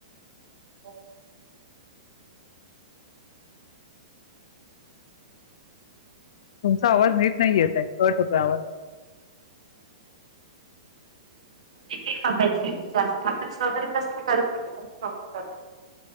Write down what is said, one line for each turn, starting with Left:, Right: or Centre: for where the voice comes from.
Right: हो.
Left: तुमचा आवाज नीट नाही येतय कट होतो आवाज
Right: यचं जास्त आपल्या सार कस करत होत कर